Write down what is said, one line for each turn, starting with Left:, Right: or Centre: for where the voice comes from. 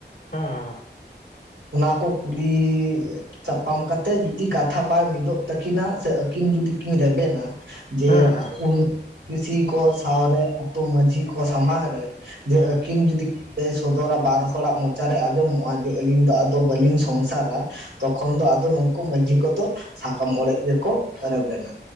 Left: ᱦᱩᱸ
Right: ᱚᱱᱟ ᱠᱚ ᱠᱩᱞᱤ ᱪᱟᱯᱟᱢ ᱠᱟᱛᱮᱫ ᱡᱩᱫᱤ ᱠᱟᱛᱷᱟ ᱵᱟᱭ ᱢᱤᱫᱚᱜ ᱛᱟᱹᱠᱤᱱᱟ ᱥᱮ ᱟᱹᱠᱤᱱ ᱡᱩᱫᱤ ᱠᱤᱱ ᱨᱮᱵᱮᱱᱟ ᱡᱮ
Left: ᱦᱮᱸ ᱦᱮᱸ
Right: <unintelligible> ᱩᱱ ᱠᱤᱥᱤ ᱠᱚ ᱥᱟᱶᱨᱮ ᱟᱛᱳ ᱢᱟᱺᱡᱷᱤ ᱠᱚ ᱥᱟᱢᱟᱝ ᱨᱮ ᱡᱮ
Left: ᱦᱮᱸ
Right: ᱟᱹᱠᱤᱱ ᱡᱩᱫᱤ ᱞᱟᱹᱭ ᱥᱚᱫᱚᱨᱟ ᱵᱟᱨ ᱦᱚᱲᱟᱜ ᱢᱚᱪᱟᱨᱮ ᱟᱸᱡᱚᱢᱚᱜ-ᱟ ᱡᱮ, ᱟᱹᱞᱤᱧ ᱫᱚ ᱟᱫᱚ ᱵᱟᱹᱞᱤᱧ ᱥᱚᱝᱥᱟᱨᱟ᱾ ᱛᱚᱠᱷᱚᱱ ᱫᱚ ᱟᱫᱚ ᱱᱩᱠᱩ ᱢᱟᱺᱡᱷᱤ ᱠᱚᱫᱚ ᱥᱟᱠᱟᱢ ᱚᱲᱮᱡ ᱜᱮᱠᱚ ᱨᱮᱵᱮᱱᱟ᱾